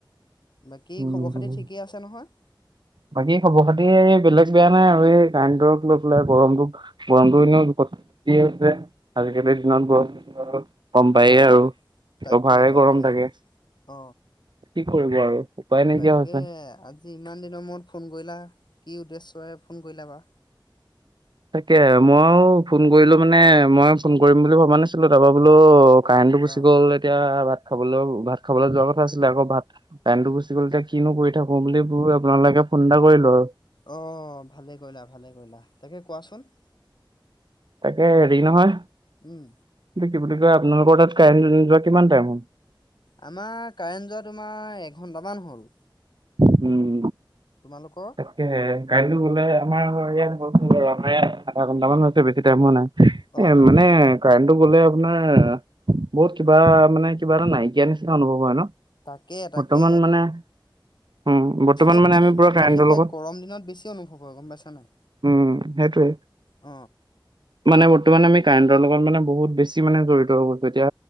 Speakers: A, on the left; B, on the right.
A: বাকী
B: উম
A: খবৰ খাতি ঠিকেই আছে নহয়?
B: বাকী খবৰ খাতি এই বেলেগ বেয়া নাই আৰু এই কাৰেণ্টক লৈ পেলাই গৰমটো। গৰমতো এনেও <unintelligible> হৈছে, আজিকালিৰ দিনত বৰ <unintelligible> গম পায়েই
A: অ
B: আৰু।
A: তাকে
B: অভাৰে
A: তাকে।
B: গৰম থাকে।
A: অ
B: কি কৰিব আৰু। উপায় নাইকিয়া
A: তাকে
B: হৈছে।
A: আজি ইমান দিনৰ মূৰত ফোন কৰিলা। কি উদ্দেশ্যৰে ফোন কৰিলা বা?
B: তাকে মইও ফোন কৰিলো মানে মই ফোন কৰিম বুলি ভবা নাছিলো তাৰপৰা বোলো কাৰেণ্টটো গুচি
A: অ
B: গ'ল এতিয়া ভাত খাবলৈ ভাত খাবলৈ যোৱাৰ কথা আছিলে আকৌ ভাত কাৰেণ্টটো গুচি গ'ল এতিয়া কিনো কৰি থাকো বুলি বোলো আপোনালোকে ফোন এটা কৰিলো আৰু।
A: অ ভালে কৰিলা ভালে কৰিলা তাকে কোৱাচোন
B: তাকে হেৰি নহয়,
A: উম।
B: এইটো কি বুলি কয় আপোনালোকৰ তাত কাৰেণ্ট যোৱা কিমান টাইম হল?
A: আমাৰ কাৰেণ্ট যোৱা তোমাৰ এঘন্টামান হল।
B: উম।
A: তোমালোক
B: তাকে কাইলৈ গলে আমাৰ ঘ ইয়াত গলোন আমাৰ ইয়াত আধা ঘণ্টাামান হৈছে বেছি টাইম হোৱা নাই।
A: অ
B: এ
A: অ
B: মানে কাৰেণ্টো গ'লে আপোনাৰ বহুত কিবা
A: অ
B: মানে কিবা এটা নাইকিয়া নিচিনা অনুভৱ হয় ন
A: তাকে তাকে
B: বৰ্তমান মানে উম বৰ্তমান
A: এই
B: মানে
A: বিশ
B: আমি পুৰা
A: বিশেষে
B: হেত লগত
A: গৰম দিনত বেছি অনুভৱ হয় গম পাইছা নাই
B: উম সেইটোৱে।
A: অ
B: মানে বৰ্তমান আমি কাৰেণ্টৰ লগত মানে বহুত বেছি মানে জড়িত হৈ গৈছোঁ তেতিয়া